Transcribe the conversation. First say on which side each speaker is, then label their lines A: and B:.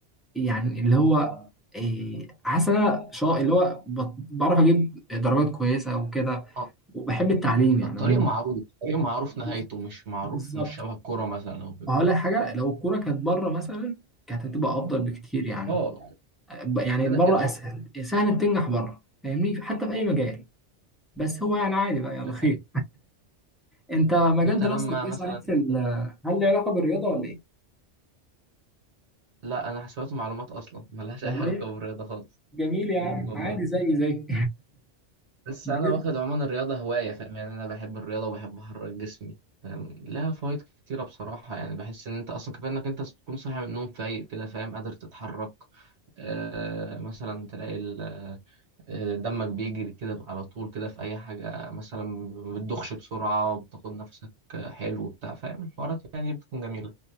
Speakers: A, in the centre; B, on the right (about 70°).
A: يعني اللي هو إيه حاسس إن انا شا- اللي هو ب- بعرف اجيب درجات كويسه وكده
B: اه
A: وبحب التعليم يعني
B: طريق
A: عموما
B: معروف طريق معروف نهايته
A: بس-
B: مش معروف
A: بالظبط
B: مش شبه الكورة مثلا او كده
A: وهقول لك حاجه لو الكوره كانت بره مثلا كانت هتبقى افضل بكتير يعني
B: اه
A: يعني
B: كده
A: بره
B: كده
A: اسهل سهل بتنجح بره فاهمني حتى في اي مجال بس هو يعني عادي بقى يلا
B: دي حقيقة
A: خير انت مجال
B: انت
A: دراستك
B: لما
A: ايه
B: مثلا
A: صحيح في ال- هل له علاقه بالرياضه ولا ايه
B: لا انا حسابات ومعلومات اصلا ملهاش
A: والله
B: اي علاقة بالرياضة خالص
A: جميل يا عم
B: والله
A: عادي زي زي
B: بس
A: <laughs>
B: انا واخد عموما الرياضه هوايه فاهم يعني انا بحب الرياضه وبحب احرك جسمي فاهم لها فوائد كتيره بصراحه يعني بحس ان انت اصلا كفايه انك انت تكون صاحي من النوم فايق كده فاهم قادر تتحرك آه مثلا تلاقي ال- آه، دمك بيجري كده على طول كده في اي حاجه مثلا ما بتدخش بسرعه بتاخد نفسك آه، حلو وبتاع فاهم الحوارات يعني بتكون جميله